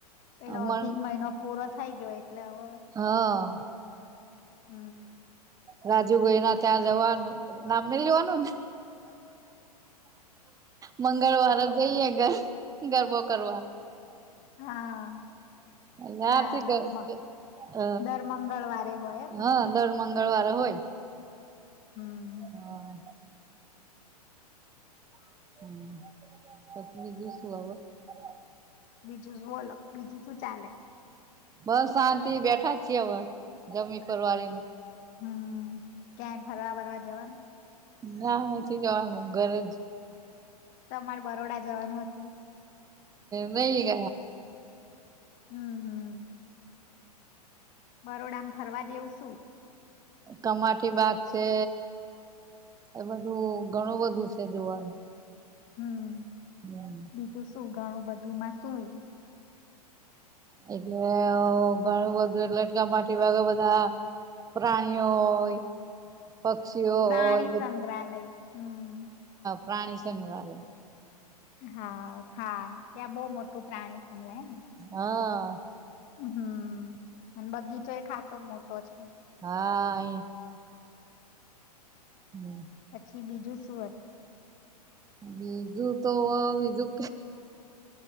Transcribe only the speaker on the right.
મન
હા
રાજુ ભાઈના ત્યાં જવાનું નામ નઈ લેવાનુંને મંગળવાર જ જઈએ ગરબો કરવા.
હ
હા દર
મંગળવારે હોય.
હા. <inaudible> <unintelligible>
બસ શાંતિ બેઠા છીએ હવે જમી પર કરવાની.
ના નથી જવાનું ઘરે જ
હ એઈ ગ
કમાટી બાગ છે એ બધું ઘણું બધું છે જોવાનું
હમ.
એટલે ઘણું બધું એટલે એટલા માટી ભાગે બધા પ્રાણીઓ હોય પક્ષીઓ
હોય બ
પ્રાણી સંઘરાલય
હા.
હા અહીંયા હમ.
બીજું તો બીજું